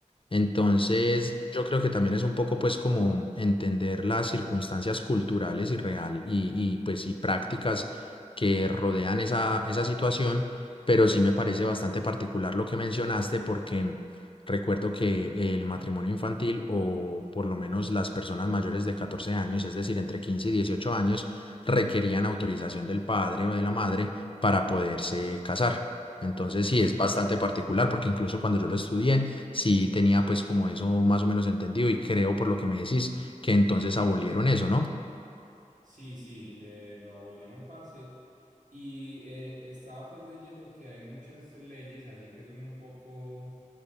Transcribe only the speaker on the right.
Ujú,
ujú.
Sí, sí, eh, lo abolieron, parce. Y eh, estaba pues leyendo que hay muchas leyes así que son un poco